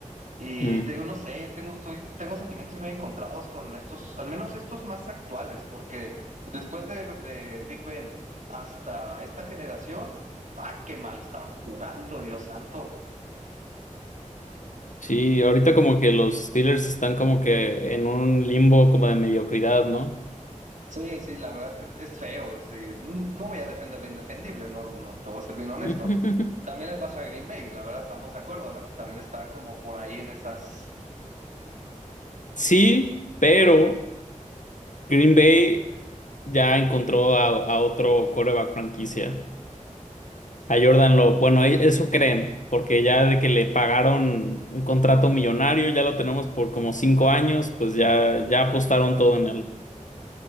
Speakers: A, on the right (about 70°); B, on the left (about 70°).
A: Y
B: Mm.
A: te digo, no sé, tengo, estoy, tengo sentimientos muy encontrados con estos, al menos estos más actuales, porque después de, de Big Ben hasta esta generación, ah, qué mal estaban jugando, Dios santo.
B: Sí, ahorita como que los Steelers están como que en un limbo como de mediocridad, ¿no?
A: Sí, sí, la verdad es que es feo. sí. Mm, No voy a defender lo indefendible, no, no te voy a ser bien honesto.
B: <laughs>
A: También le pasó a Green Bay, la verdad estamos de acuerdo, ¿no? Que también está como por ahí en esas
B: Sí, pero Green Bay ya encontró a, a otro quarterback franquicia. A Jordan Love. Bueno, e- eso creen, porque ya de que le pagaron un contrato millonario, ya lo tenemos por como cinco años, pues ya, ya apostaron todo en él.